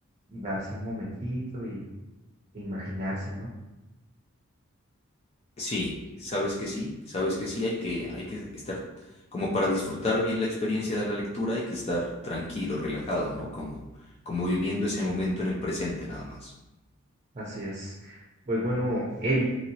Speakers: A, on the right; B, on the left.
A: darse un momentito y e imaginarse, ¿no?
B: Sí, sabes que sí, sabes que sí, hay que, hay que estar como para disfrutar bien la experiencia de la lectura, hay que estar tranquilo, relajado, ¿no? Como, como viviendo ese momento en el presente nada más.
A: Así es. Pues bueno, Eric,